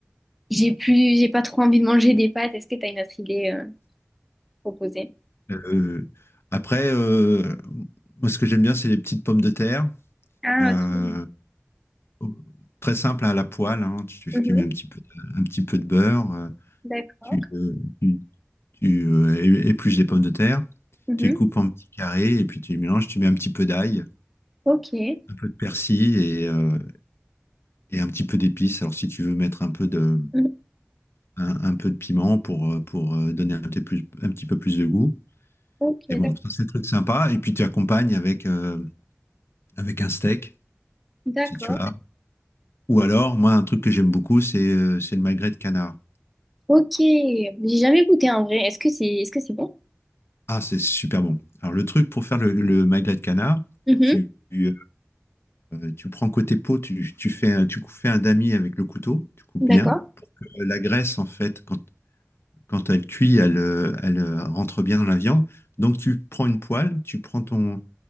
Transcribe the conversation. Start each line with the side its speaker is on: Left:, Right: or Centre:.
Centre: j'ai plus, j'ai pas trop envie de manger des pâtes, est-ce que tu as une autre idée euh, proposée?
Left: Euh, après, euh, moi, ce que j'aime bien, c'est les petites pommes de terre.
Centre: Ah,
Left: Euh,
Centre: ok.
Left: oh, très simple à la poêle. hein. Tu,
Centre: Mhm,
Left: tu mets un petit peu, de- un petit peu de beurre, euh,
Centre: d'accord.
Left: tu, euh, tu, tu, euh, é- épluches des pommes de terre,
Centre: Mhm,
Left: tu les coupes en petits carrés et puis tu les mélanges. Tu mets un petit peu d'ail,
Centre: ok.
Left: un peu de persil et, euh, et un petit peu d'épices. Alors si tu veux mettre un peu de,
Centre: Mhm,
Left: un, un peu de piment pour, euh, pour euh, donner un petit, plus, un petit peu plus de goût.
Centre: ok,
Left: Et bon,
Centre: d'ac-
Left: ça c'est un truc sympa. Et puis tu accompagnes avec, euh, avec un steak,
Centre: d'accord.
Left: si tu as. Ou alors, moi, un truc que j'aime beaucoup, c'est euh, c'est le magret de canard.
Centre: Ok. J'ai jamais goûté en vrai. Est-ce que c'est, est-ce que c'est bon?
Left: Ah, c'est super bon. Alors, le truc pour faire le, le magret de canard,
Centre: Mhm,
Left: tu, tu, euh, tu prends côté peau, tu, tu fais un, tu cou- fais un damier avec le couteau, tu coupes bien.
Centre: d'accord.
Left: Euh, la graisse, en fait, quand, quand elle cuit, elle, euh, elle euh, rentre bien dans la viande. Donc, tu prends une poêle, tu prends ton,